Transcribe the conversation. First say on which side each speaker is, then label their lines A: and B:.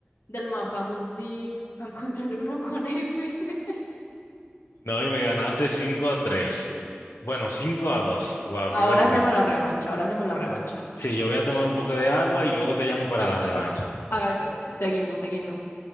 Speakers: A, on the left; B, on the left.
A: del mapa mundi para encontrar uno con F. <laughs>
B: No, y me ganaste 5 a 3. Bueno, 5 a 2. Wow,
A: Ahora
B: qué vergüenza.
A: hacemos la revancha, ahora hacemos la revancha.
B: Sí, yo voy a tomar un poco de agua y luego te llamo para la revancha.
A: Hágale pues, seguimos, seguimos.